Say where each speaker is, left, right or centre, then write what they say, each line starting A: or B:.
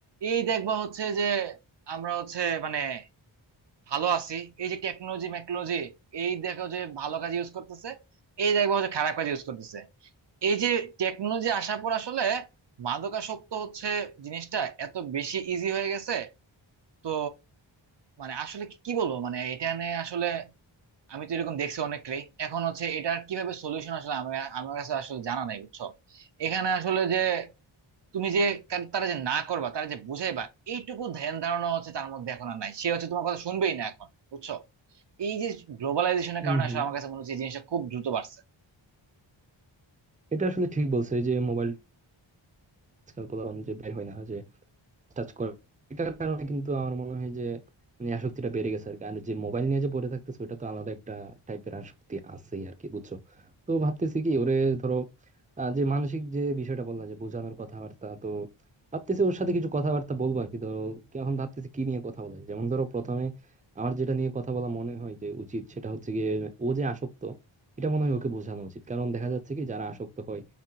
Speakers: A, on the right; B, on the right.
A: এই দেখবা হচ্ছে যে আমরা হচ্ছে মানে ভালো আছি এই যে টেকনোলজি মেকনোলজি এই দেখো যে ভালো কাজ ইউজ করতেছে এই দেখবা হচ্ছে খারাপ কাজ ইউজ করতেছে এই যে টেকনোলজি আসার পর আসলে মাদকাসক্ত হচ্ছে জিনিসটা এত বেশি ইজি হয়ে গেছে তো মানে আসলে কি কি বলবো মানে এটা নিয়ে আসলে আমি তো এরকম দেখছি অনেককেই এখন হচ্ছে এটার কিভাবে সলিউশন আসলে আমি আমার কাছে আসলে জানা নাই বুঝছো এখানে আসলে যে তুমি যে কার- তারা যে না করবা তারা যে বুঝাইবা এইটুকু ধ্যান ধারণা হচ্ছে তার মধ্যে এখন আর নাই সে হচ্ছে তোমার কথা শুনবেই না এখন বুঝছো এই যে গ্লোবালাইজেশনের
B: হুম
A: কারণে
B: হুম
A: আসলে আমার কাছে মনে হচ্ছে এই জিনিসটা খুব দ্রুত বাড়ছে
B: এটা আসলে ঠিক বলছো এই যে মোবাইল আজকাল পোলাপান যে বের হয় না যে টাচ করে এটার কারণে কিন্তু আমার মনে হয় যে মানে আসক্তিটা বেড়ে গেছে আর কি আর যে মোবাইল নিয়ে যে পড়ে থাকতেছে ওটা তো আলাদা একটা টাইপের আসক্তি আছেই আর কি বুঝছো তো ভাবতেছি কি ওরে ধরো আহ, যে মানসিক যে বিষয়টা বললাম যে বোঝানোর কথাবার্তা তো ভাবতেছি ওর সাথে কিছু কথাবার্তা বলবো আর কি ধরো কি এখন ভাবতেছি কি নিয়ে কথা বলা যায়। যেমন ধরো প্রথমে আমার যেটা নিয়ে কথা বলা মনে হয় যে উচিত সেটা হচ্ছে গিয়ে ও যে আসক্ত এটা মনে হয় ওকে বোঝানো উচিত কারণ দেখা যাচ্ছে কি যারা আসক্ত হয়